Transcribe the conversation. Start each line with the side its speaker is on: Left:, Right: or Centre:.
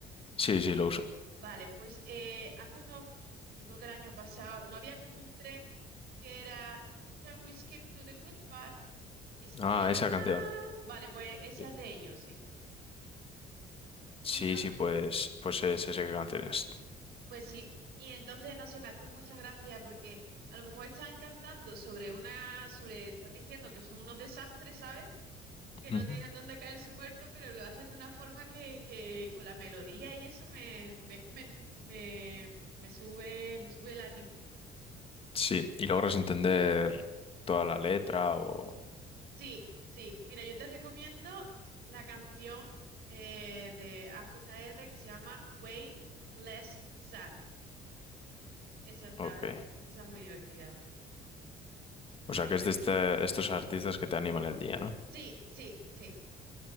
Left: Sí, sí, lo uso.
Right: Vale, pues eh, hace unos, yo creo que el año pasado, no había como un tren que era Can we skip to the good part? Y, s-
Left: Ah,
Right: y era,
Left: esa
Right: ah,
Left: canción.
Right: vale, pues esa
Left: Sí,
Right: es de ellos, sí.
Left: sí,
Right: Y nos,
Left: sí, pues, pues es esa canción es.
Right: pues sí, y entonces no se me hace mucha gracia porque a lo mejor están cantando sobre una, sobre, están diciendo que son unos desastres, ¿sabes? que
Left: Ujú.
Right: no tienen dónde caerse muertos, pero lo hacen de una forma que, que con la melodía y eso me, me, me, me, me sube, me sube el ánimo.
Left: Sí, y logras entender toda la letra o...
Right: Sí, sí, mira, yo te recomiendo la canción eh, de A J R que se llama Way Less Sad. Esa está,
Left: Ok.
Right: esa es muy divertida. me- A
Left: O sea,
Right: mí
Left: que es
Right: me...
Left: de este- estos artistas que te animan el día, ¿no?
Right: Sí, sí, sí.